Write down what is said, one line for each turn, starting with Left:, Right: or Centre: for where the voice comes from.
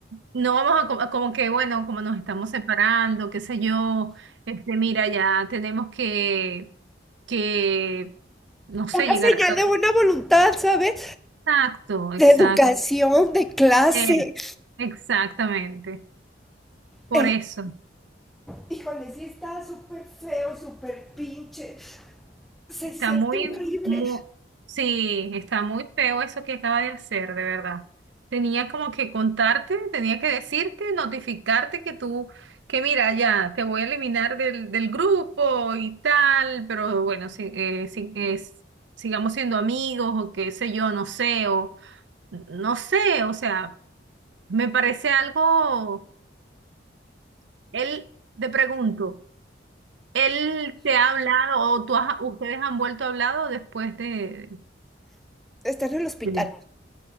Right: no vamos a, co- como que, bueno, como nos estamos separando, qué sé yo, este, mira, ya tenemos que, que, no sé,
Centre: una
Right: llegar
Centre: señal
Right: a...
Centre: de buena voluntad, ¿sabes?
Right: Exacto, exacto,
Centre: De educación, de clase.
Right: eh, exactamente, por
Centre: Eh,
Right: eso.
Centre: híjole, sí está súper feo, súper pinche. Se
Right: Está
Centre: siente
Right: muy,
Centre: horrible.
Right: muy, sí, está muy feo eso que acaba de hacer, de verdad. Tenía como que contarte, tenía que decirte, notificarte que tú, que mira, ya, te voy a eliminar del, del grupo y tal, pero bueno, si, eh, si- es- sigamos siendo amigos o qué sé yo, no sé, o no sé, o sea, me parece algo, él, te pregunto, ¿él te ha hablado o tú has- ustedes han vuelto a hablado después de...
Centre: Está en el hospital.
Right: Sí.